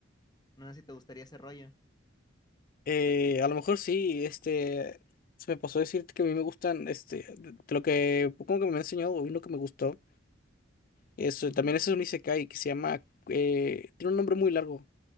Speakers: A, on the left (about 20°); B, on the left (about 45°).
A: No sé si te gustaría ese rollo.
B: Eh, a lo mejor sí, este, se me pasó decirte que a mí me gustan, este, de de lo que, como que me ha enseñado, hoy lo que me gustó, es, eh,
A: Ujú,
B: también ese es un isekai que se llama, eh, tiene un nombre muy largo,